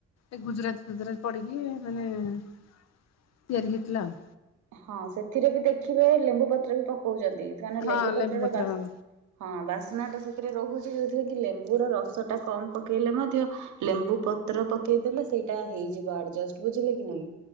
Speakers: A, on the left; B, on the right.
A: ଏ ଗୁଜୁରାଟ ଫୁଜୁରଟ ପଡିକି ମାନେ ତିଆରି ହେଇଥିଲା ଆଉ।
B: ହଁ ସେଥିରେ ବି ଦେଖିବେ ଲେମ୍ବୁ ପତ୍ର ବି ପକଉଛନ୍ତି। କାହିଁକିନା
A: ଆଉ
B: ଲେମ୍ବୁ
A: ହଁ
B: ପତ୍ରର
A: ପତ୍ର
B: ବା
A: ହଁ
B: ହଁ ବାସ୍ନା ଟା ସେଥିରେ ରହୁଛି ଯୋଉଥିରେ କି ଲେମ୍ବୁର ର ରସ ଟା କମ ପକେଇଲେ ମଧ୍ୟ ଲେମ୍ବୁ ପତ୍ର ପକେଇଦେଲେ ସେଇଟା ହେଇଯିବ ଆଡଜଷ୍ଟ ବୁଝିଲେ କି ନାଇଁ?